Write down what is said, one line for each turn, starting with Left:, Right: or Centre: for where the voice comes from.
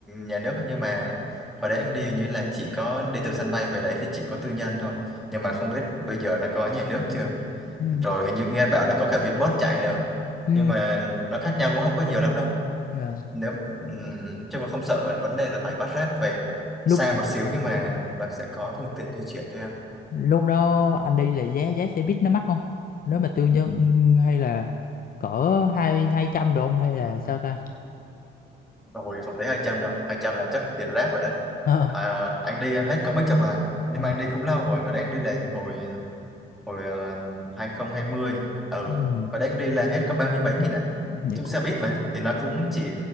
Centre: nhà nước ấy. nhưng mà hồi đấy anh đi hình như là chỉ có đi từ sân bay về đấy thì chỉ có tư nhân thôi nhưng mà không biết bây giờ nó có nhà nước chưa
Left: ừ
Centre: rồi hình như nghe bảo là có cả Vinbus chạy nữa
Left: ừ
Centre: nhưng mà nó khác nhau cũng không có nhiều lắm đâu
Left: dạ
Centre: nếu ừm, chứ mà không sợ vấn đề là phải bắt Grab về
Left: lúc
Centre: xa một xíu nhưng mà nó sẽ có phương tiện di chuyển cho em
Left: lúc đó anh đi là giá giá xe buýt nó mắc không nếu mà tư nhân hay là cỡ hai hai trăm độ không hay là sao ta
Centre: rồi không thể 200 đâu 200 là chắc tiền Grab rồi đó
Left: <laughs>
Centre: à, anh đi hết có mấy chục à nhưng
Left: à,
Centre: mà anh đi cũng lâu rồi hồi đấy anh đi là hồi hồi ờ, 2020 ừ
Left: ừ,
Centre: hồi đấy anh đi là hết có 30 mấy nghìn à
Left: vậy
Centre: chung
Left: cũng
Centre: xe buýt mà thì nó cũng chỉ